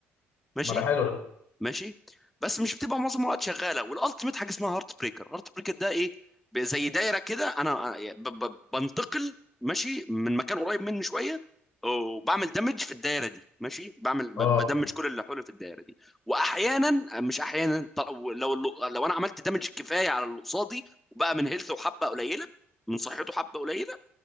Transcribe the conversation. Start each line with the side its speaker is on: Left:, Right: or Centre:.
Centre: ماشي
Left: ما ده حلو ده
Centre: ماشي بس مش بتبقى معظم الوقت شغاله والالتيميت حاجه اسمها هارت بريكر هارت بريكر ده ايه ب- زي دايره كده انا ب- ب- بنتقل ماشي من مكان قريب مني شويه وبعمل دمج في الدايره دي ماشي بعمل ب-
Left: اه
Centre: بدمج كل اللي حولي في الدايره دي واحيانا آه، مش احيانا ط- لو لو انا عملت دمج كفايه على اللي قصادي وبقى من هيلثه وحبه قليله من صحته حبه قليله